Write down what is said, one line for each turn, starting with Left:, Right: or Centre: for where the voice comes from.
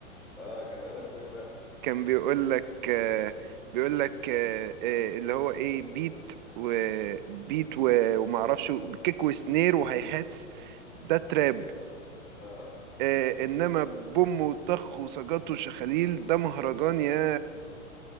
Left: اه كان قالها ازاي بقى
Right: كان بيقول لك آه، بيقول لك آه، آه، اللي هو إيه بيت وبيت و... ومعرفش كيك وسنير وهاي هاتس ده تراب
Left: اه
Right: آه انما بوم وطخ وسجاته وشخاليل ده مهرجان يا